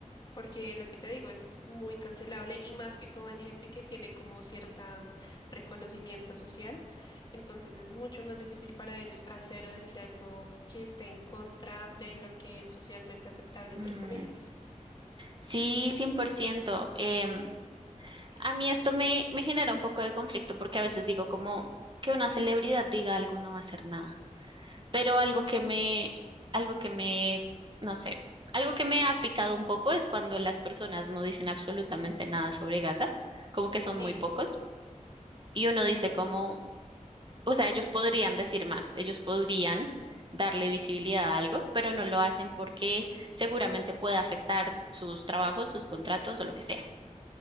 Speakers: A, on the left; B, on the right.
A: porque lo que te digo es muy cancelable y más que todo en gente que tiene como cierta reconocimiento social, entonces es mucho más difícil para ellos hacer o decir algo que esté en contra de lo que es socialmente aceptable, entre
B: Mm,
A: comillas.
B: sí, 100%. em, a mí esto me, me genera un poco de conflicto porque a veces digo como que una celebridad diga algo no va a hacer nada, pero algo que me,
A: Mm.
B: algo que me, no sé, algo que me ha picado un poco es cuando las personas no dicen absolutamente nada sobre Gaza, como que son
A: Sí,
B: muy pocos. Y
A: sí,
B: uno dice
A: sí, sí.
B: como, O sea, ellos podrían decir más, ellos podrían darle visibilidad a algo, pero no lo hacen porque seguramente puede afectar sus trabajos, sus contratos o lo que sea.